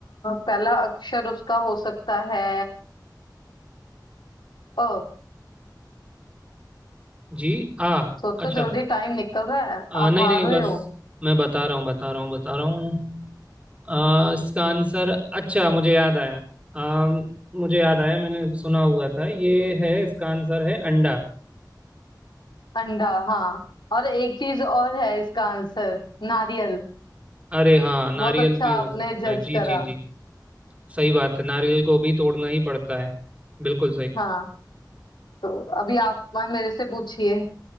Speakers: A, on the left; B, on the right.
A: पहला अक्षर उसका हो सकता है अ
B: जी आ
A: सोचो
B: अच्छा
A: जल्दी टाइम निकल रहा है
B: आ,
A: आप
B: नहीं
A: हार
B: नहीं बस
A: रहे हो
B: मैं बता रहा हूँ बता रहा हूँ बता रहा हूँ आ, इसका आंसर अच्छा मुझे याद आया आ, मुझे याद आया मैंने सुना हुआ था ये है इसका आंसर है अंडा
A: अंडा हाँ और एक चीज और है इसका आंसर नारियल
B: अरे हाँ नारियल
A: बहुत अच्छा
B: भी हो
A: आपने
B: सकता
A: जज
B: है जी
A: करा
B: जी जी सही बात है नारियल को भी तोड़ना ही पड़ता है बिल्कुल सही
A: हाँ तो अभी आप मैं मेरे से पूछिए